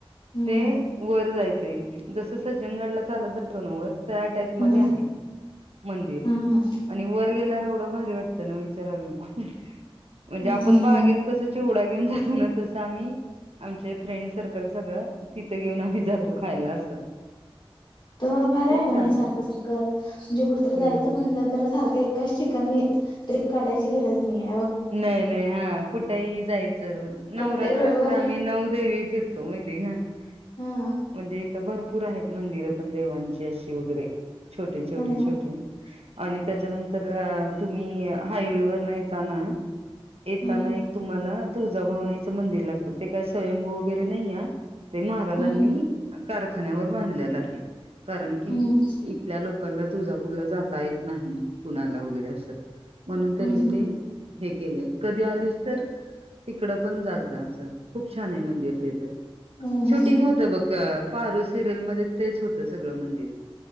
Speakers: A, on the left; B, on the right.
A: हं
B: ते वर जायचय, जस सज्जनगडला चालत जातो ना वर, त्या टाईप मधे
A: हं
B: आहे. मंदिर,
A: हं हं
B: आणि वर गेल्या एवढं भारी वाटतं ना विचाराला नको. <unintelligible> म्हणजे
A: हं
B: आपण बागेत
A: हं
B: कस, चि वडा घेऊ जातो ना, तसं आम्ही आमच फ्रेंड सर्कल सगळं तिथं घेऊन आम्ही जातो खायला असं.
A: तुमाला भारी्या
B: खूप
A: आहे मग
B: छान
A: हे सारखं- सारखं, म्हणजे कुठेतरी जायचं
B: हम्म
A: म्हणलं तर, सारखं एकाच ठिकाणी ट्रिप काढायची गरज नाहीेये.
B: नाही नाही, हा कुठेही जायचं रोज.
A: प्रत्येक
B: नवरात्रात
A: रविवारी
B: तर आम्ही नऊ देवी फिर तुम्ही <unintelligible>
A: हम्म
B: म्हणजे तर भरपूर आहेत मंदिरं पण देवांची अशी वगैरे <inaudible> छोटे, छोटे,
A: हम्म
B: छोटे. आणि त्याच्यानंतर तुम्ही, हायवे वर न येताना येताना
A: हम्म
B: एक तुम्हाला तुळजाभवानी मंदिर लागत. ते काय स्वयंभू वगैरे नाही या ते महाराजांनी
A: हम्म
B: कारखान्यावर बांधलेला आहे. कारण की
A: हम्म
B: इथल्या लोक कला तुळजापूरला जाता येत नाही. कुणाला वगैरे असं म्हणून त्यांनी
A: हम्म हम्म
B: ते हे केले कधी आलीस तर तिकडं पण जात जा असं खूप छान आहे मंदिर ते
A: हम्म हम्म
B: शूटिंग होत बघ अ पारू सिरीयलमध्ये तेच होतं सगळं मंदिर